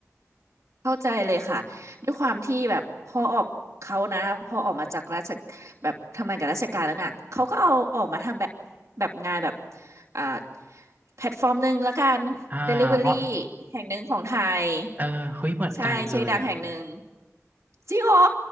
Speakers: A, on the right (about 65°); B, on the right (about 35°).
A: เข้าใจเลยค่ะด้วยความที่แบบพอออกเขานะพอออกมาจากราชแบบทำงานกับราชการแล้วน่ะเขาก็เอาออกมาทำแบบแบบงานแบบอ่าแพลตฟอร์มหนึ่งแล้วกัน
B: อ่าอ๋อ
A: Delivery แห่งหนึ่งของไทย
B: เออเฮ้ยเหมือนกันเลยอ่ะ
A: ใช่ชื่อดังแห่งหนึ่งจริงเหรอ